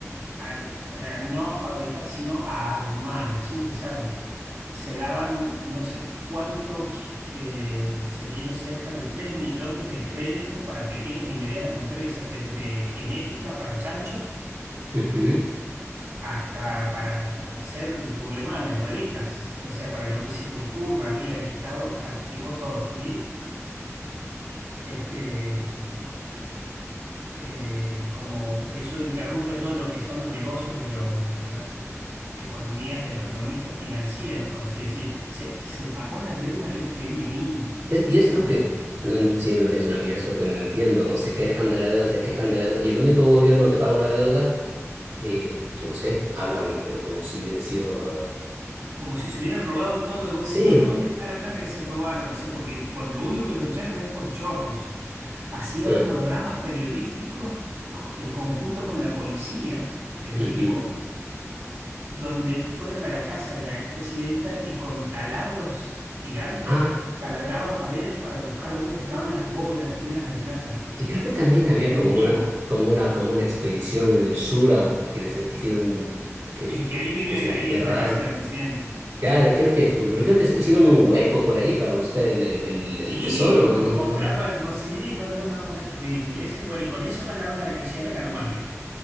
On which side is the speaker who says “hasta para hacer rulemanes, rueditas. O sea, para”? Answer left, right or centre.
Right